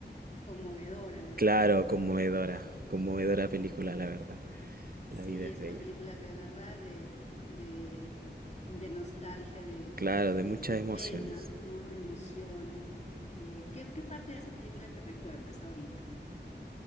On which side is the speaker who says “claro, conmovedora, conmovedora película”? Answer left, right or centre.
Right